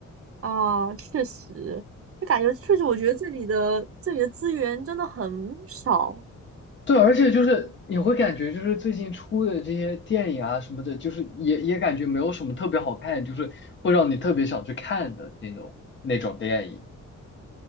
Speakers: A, on the right (about 50°); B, on the left (about 40°).
A: 啊，确实，就感觉确实，我觉得这里的这里的资源真的很少。
B: 对，而且就是你会感觉，就是最近出的这些电影啊什么的，就是也也感觉没有什么特别好看，就是会让你特别想去看的那种那种电影。